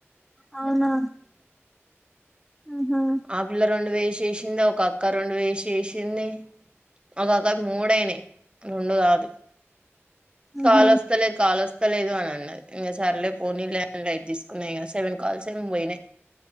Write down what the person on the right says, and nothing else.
ఆపిల్ల రెండు వేసిసింది ఒక అక్క రెండు వేసి చేసింది ఒకొక్క మూడయినాయి రెండు కాదు
కాలు వస్తాలేదు కాలు వస్త చెప్పలేదు అని అన్నారు ఇంక సార్లే పోనీ ల్యాండ్లైట్ తీసుకున్నా ఇక సెవెన్ కాల్స ముంబైనే